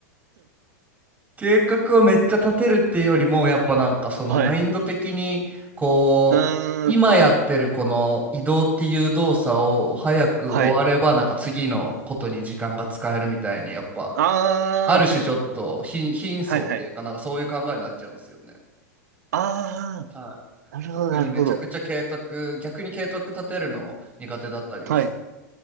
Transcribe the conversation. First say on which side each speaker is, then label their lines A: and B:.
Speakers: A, on the right; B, on the right.
A: 計画をめっちゃ立てるっていうよりも、やっぱなんかそのマインド的に、
B: はい。
A: こう、
B: うーん。
A: 今やってるこの移動っていう動作を早く終われば、
B: はい。
A: なんか次のことに時間が使えるみたいに、やっぱ、
B: あ
A: ある種ちょっと貧、貧相っていうかなんかそういう考えになっちゃうんですよね。
B: あ、はいはい。あ
A: はい。
B: あ、なるほど、
A: 特にめちゃくちゃ計画、
B: なるほど。
A: 逆に計画立てるの苦手だったりをする。
B: はい。